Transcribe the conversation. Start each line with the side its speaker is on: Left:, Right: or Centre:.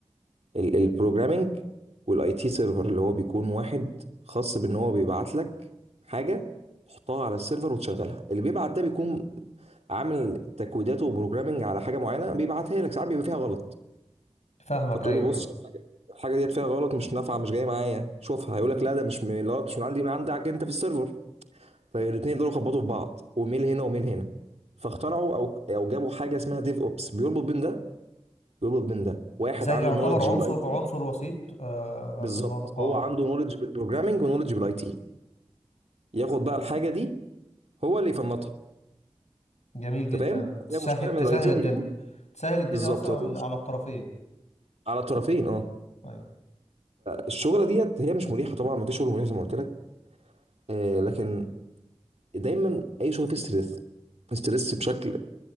Right: البروجرامنج والاي تي سيرفر اللي هو بيكون واحد خاص بان هو بيبعت لك حاجه تحطها على السيرفر وتشغلها اللي بيبعت ده بيكون عامل تكويداته وبروجرامنج على حاجه معينه بيبعتها لك ساعات بيبقى فيها غلط
Left: فاهمك
Right: فتقول
Left: أيوه
Right: له بص الحاجه الحاجه ديت فيها غلط مش نافعه مش جايه معايا شوفها هيقول لك لا ده مش من الغلط مش من عندي من عندك انت في السيرفر فالاثنين يفضلوا يخبطوا في بعض وميل هنا وميل هنا فاخترعوا او او جابوا حاجه اسمها ديف اوبس بيربط بين ده يربط بين ده واحد
Left: زي
Right: عنده
Left: يعتبر
Right: نولج
Left: عنصر
Right: بالاي تي
Left: عنصر وسيط آه،
Right: بالظبط
Left: في الموضوع اه
Right: هو عنده نولج بالبروجرامنج ونولج بالاي تي ياخد بقى الحاجه دي هو اللي يفنطها
Left: جميل
Right: انت
Left: جدا
Right: فاهم وفيها
Left: تسهل
Right: مشكله من
Left: تسهل
Right: الاي تي
Left: الدنيا
Right: هيقول
Left: تسهل الدنيا
Right: بالظبط
Left: اصلا
Right: لو
Left: على
Right: في مش-
Left: على الطرفين
Right: على طرفين اه
Left: ايوه
Right: الشغله ديت هي مش مريحه طبعا ما فيش شغل مريح زي ما قلت لك آه لكن دايما اي شغل فيه ستريس ستريس بشكل